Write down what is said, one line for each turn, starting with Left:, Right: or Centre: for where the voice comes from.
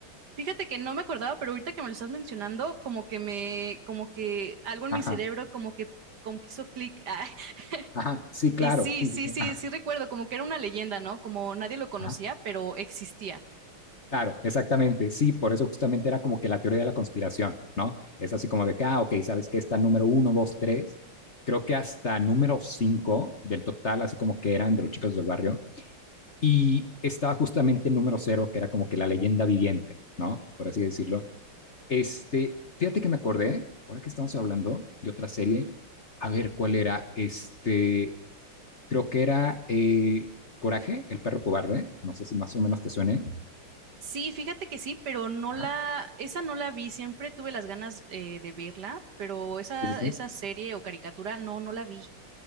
Right: fíjate que no me acordaba, pero ahorita que me lo estás mencionando, como que me, como que algo en
Left: Ajá,
Right: mi cerebro, como que, como que hizo clic. Ah, <laughs>
Left: ajá, sí, claro,
Right: y sí,
Left: sí,
Right: sí,
Left: sí, sí,
Right: sí,
Left: ajá,
Right: sí recuerdo, como que era una leyenda, ¿no? Como nadie lo conocía,
Left: ajá,
Right: pero existía.
Left: claro, exactamente, sí, por eso justamente era como que la teoría de la conspiración, ¿no? Es así como de que, ah, ok, sabes que está número uno, dos, tres, creo que hasta número cinco del total, así como que eran de los chicos del barrio, y estaba justamente el número cero, que era como que la leyenda viviente, ¿no? Por así decirlo. Este, fíjate que me acordé, ahora que estamos hablando de otra serie, a ver cuál era, este. Creo que era eh, Coraje, el perro cobarde. No sé si más o menos te suene.
Right: Sí, fíjate que sí, pero no
Left: Ajá.
Right: la, esa no la vi, siempre tuve las ganas eh, de verla, pero esa,
Left: Sí, sí, sí.
Right: esa serie o caricatura, no, no la vi.